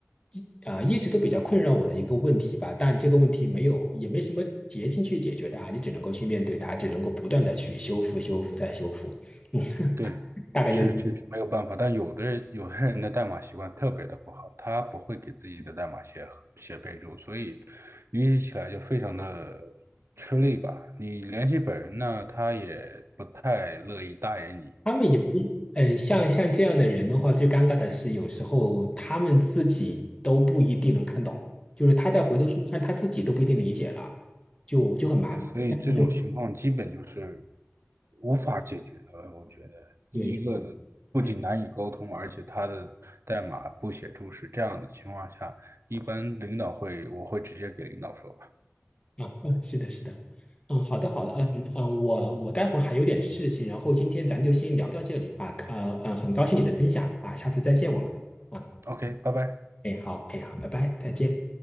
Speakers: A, on the left; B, on the right.
A: 一啊、一直都比较困扰我的一个问题吧，但这个问题没有也没什么捷径去解决它，你只能够去面对它，只能够不断的去修复、修复再修复。<laughs>
B: 对，
A: 大概就是这样
B: 是这没有办法，但有的人有的人的代码习惯特别的不好，他不会给自己的代码写写备注，所以联系起来就非常的吃力吧。你联系本人呢，他也不太乐意搭理你，
A: 他们有一，嗯，像像这样的人的话，最尴尬的是有时候他们自己都不一定能看懂，就是他再回头去看，他自己都不一定理解了，就就很麻烦，
B: 所以这种情况基本就是
A: 这样就很
B: 无法解决的了我觉得第一个不仅难以沟通，
A: 对，就嗯
B: 而且他的代码不写注释，这样的情况下，一般领导会我会直接给领导说吧
A: 啊，<laughs> 是的，是的，嗯，好的，好的，嗯嗯，我我待会儿还有点事情，然后今天咱就先聊到这里啊，呃呃，很高兴你的分享啊，下次再见我们啊，
B: ，OK，拜拜。
A: 哎好，哎好，拜拜，再见。